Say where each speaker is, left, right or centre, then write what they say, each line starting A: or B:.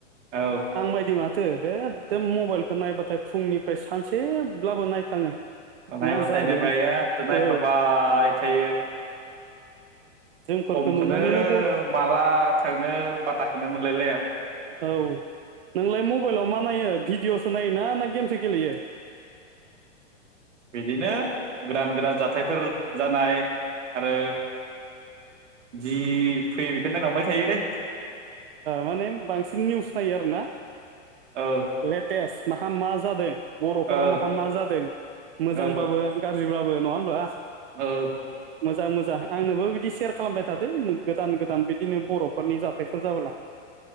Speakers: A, on the right (about 65°); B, on the right (about 50°).
A: औ
B: आंबायदि मा एखदम मबाइलखौ नायबाथाय फुंनिफ्राय सानसेब्लाबो नायफ्लाङो
A: नायबाथाय
B: मा जागोन
A: नायबाय ओददो नायफ्लांबाय
B: औ
A: थायो
B: जोंफोरखौ
A: समखौनो
B: नुनानैनो गर
A: माला थाङो पाथाख खाेनो मोनलायलाया
B: औ नोंलाय मबेलाव मा नायो भिडिअ'सो नायो ना ना गेमसो गेलेयो
A: बिदिनो गोदान गोदान जाथायफोर जानाय आरो जि फैयो बेखौनो नायलांबाय थायोलै
B: माने बांसिन निउस नायो आरोना
A: औ
B: लेटेस माहा मा जादों बर'फोरा
A: ओ
B: माहा मा जादों मोजांबाबो
A: ओ
B: गाज्रिबाबो नङा होमबा
A: औ
B: मोजां मोजां आंनोबो बिदि सेर खालामबाय थादो उम गोदान गोदान बिदिनो बरफोरनि जा थायफोल जाबोला